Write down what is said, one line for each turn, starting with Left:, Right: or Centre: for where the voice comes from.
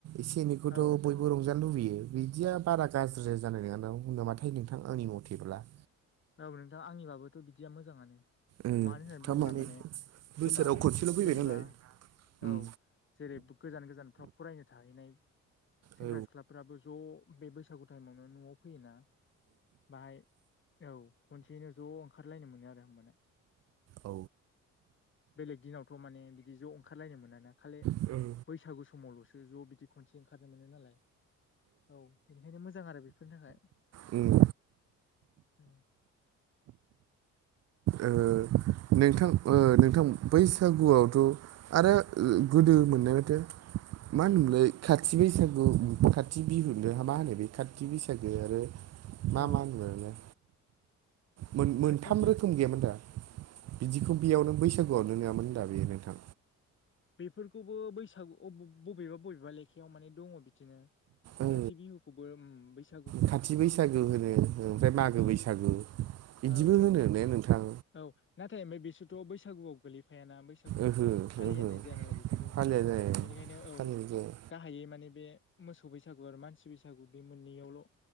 Right: एसे एनैखौथ'
Left: औ नोंथां
Right: बयबो
Left: औ
Right: रंजा जानो लुबैयो बिदिया बारा गाज्रि जानाय नङा नामाथाय नोंथां आंनि मथेब्ला
Left: औ नोंथां आंनिबाबोथ' बिदिया मोजाङानो
Right: ओं
Left: मानो होननानै
Right: थारमाने
Left: बुङोब्ला माने
Right: बोसोराव
Left: गोबां
Right: खनसेल' फैबाय
Left: जेनेबा
Right: नालाय उम
Left: औ जेरै गोजान गोजानफ्राव फरायनो थाहैनाय सेंग्रा
Right: औ
Left: सिख्लाफ्राबो ज' बे बैसागु टाइमावनो न'आव फैयोना बाहाय औ खनसेनो ज' ओंखारलायनो मोनो आरो होमबाना
Right: ओम
Left: बेलेग दिनावथ' माने बिदि ज' ओंखारलायनो मोन ना खालि
Right: ओं
Left: बैसागु समावल'सो ज' बिदि खनसे ओंखारनो मोनो नालाय औ बेनिखायनो मोजां आरो बेफोरनि थाखाय
Right: ओम
Left: औ
Right: ओ नोंथां नोंथां बैसागुआवथ' आरो गोदो मोननाय माथो मा होनोमोनलाय खाथि बैसागु खाथि बिहुनो मा होनो बे खाथि बैसागो आरो मा
Left: औ
Right: मा होनो मोनलाय मोन मोनथाम
Left: खाथि बि
Right: रो गैयामोन दा बिदिखौ बेयावनो बैसागुआवनो नङामोन होन दा बेयो नोंथां
Left: बेफोरखौबो बैसागु बबेबा बबेबा लेखायाव माने दङ बिदिनो
Right: ओ
Left: खाथि बिहु खौबो ओम बैसा
Right: खाथि बैसागु होनो ओमफ्राय मागो
Left: औ
Right: बैसागु बिदिबो
Left: औ
Right: होनो ने नोंथां
Left: औ नाथाय ओमफ्राय बिसोरथ' बैसागुआव गोलैफायाना बैसागु
Right: ओहो
Left: बोथोराव फालियानो
Right: ओहो
Left: फालिया नालाय बेफोरखौ
Right: फालिया जाया
Left: बेनिखायनो औ
Right: फालिनाय जाया
Left: गाहायै माने बे मोसौ बैसागु आरो मानसि बैसागु बे मोननैयावल'